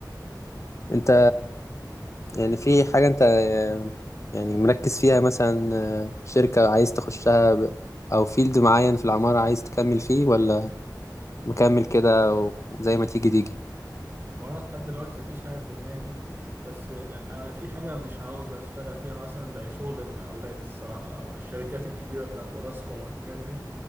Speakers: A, on the left; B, on the right.
A: انت يعني في حاجة انت يعني مركز فيها مثلا شركة عايز تخشها ب... او فيلد معين في العمارة عايز تكمل فيه ولا مكمل كده و- وزي ما تيجي تيجي
B: وانا لحد دلوقتي مفيش حاجه في دماغي بس انا في حاجه مش عاوز اشتغل فيها مثلا زي شغل المقاولات الصراحه أو الشركات الكبيره بتاعت اوراسكوم والحاجات دي